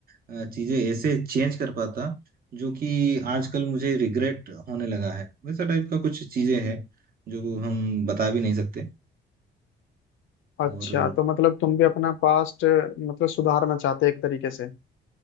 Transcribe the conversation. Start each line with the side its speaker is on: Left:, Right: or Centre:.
Right: अ, चीजें ऐसे चेंज कर पाता जो कि आजकल मुझे रिग्रेट होने लगा है वैसा टाइप का कुछ चीजें हैं जो हम बता भी नहीं सकते
Left: अच्छा
Right: और
Left: तो मतलब तुम भी अपना पास्ट मतलब सुधारना चाहते एक तरीके से